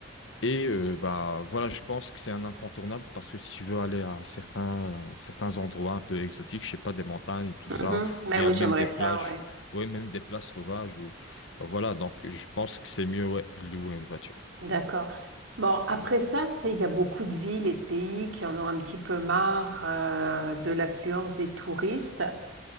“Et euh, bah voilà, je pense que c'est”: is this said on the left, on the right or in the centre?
Left